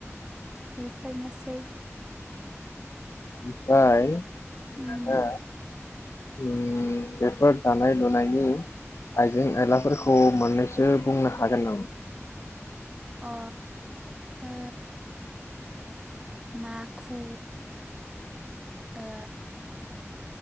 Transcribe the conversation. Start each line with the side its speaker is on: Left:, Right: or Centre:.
Right: बेफोरनोसै।
Left: ओमफाय नोङो
Right: उम
Left: उम बेफोर दानाय-लुनायनि, आइजें-आयलाफोरखौ मोननैसो बुंनो हागोन नामा?
Right: अ ओ माखु ओ